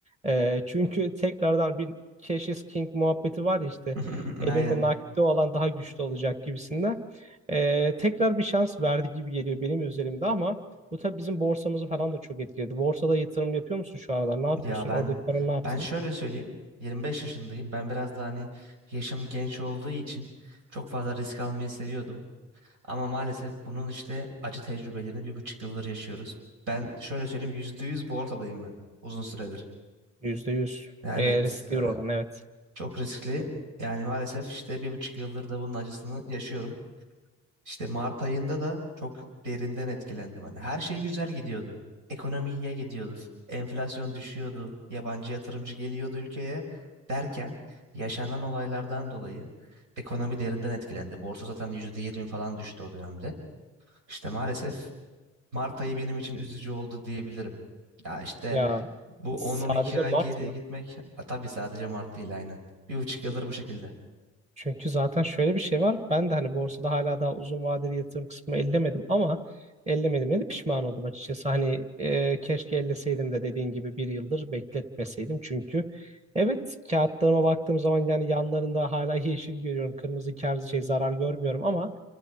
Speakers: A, on the right; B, on the right.
A: e, çünkü tekrardan bir Cash is King muhabbeti var ya işte
B: <laughs> Aynen.
A: elinde nakdi olan daha güçlü olacak gibisinden. E, tekrar bir şans verdi gibi geliyor benim üzerimde ama bu tabii bizim borsamızı falan da çok etkiledi. Borsada yatırım yapıyor musun şu aralar? Ne yapıyorsun?
B: Ya ben
A: Oradaki paran ne yapsın?
B: ben şöyle söyleyeyim. 25 yaşındayım. Ben biraz da hani yaşım genç olduğu için çok fazla risk almayı seviyordum. Ama maalesef bunun işte acı tecrübelerini bir buçuk yıldır yaşıyoruz. Ben şöyle söyleyeyim %100 borsadayım ben uzun süredir.
A: %100
B: Ya
A: e,
B: evet
A: riskli
B: e,
A: bir oran evet.
B: çok riskli. Yani maalesef işte bir buçuk yıldır da bunun acısını yaşıyorum. İşte Mart ayında da çok derinden etkilendim. Hani her şey güzel gidiyordu. Ekonomi iyiye gidiyordu. Enflasyon düşüyordu. Yabancı yatırımcı geliyordu ülkeye derken yaşanan olaylardan dolayı ekonomi derinden etkilendi. Borsa zaten %20 falan düştü o dönemde. İşte maalesef Mart ayı benim için üzücü oldu diyebilirim. Ya işte
A: Ya
B: bu
A: sadece
B: on-on iki ay
A: Mart
B: geriye
A: mı?
B: gitmek ha, tabii sadece Mart değil aynen. Bir buçuk yıldır bu şekilde.
A: Çünkü zaten şöyle bir şey var. Ben de hani borsada hala daha uzun vadeli yatırım kısmı ellemedim ama ellemedim de pişman oldum açıkçası. Hani e, keşke elleseydim de dediğin gibi bir yıldır bekletmeseydim. Çünkü evet kağıtlarıma baktığım zaman yani yanlarında hala <laughs> yeşil görüyorum. Kırmızı kar şey zarar görmüyorum ama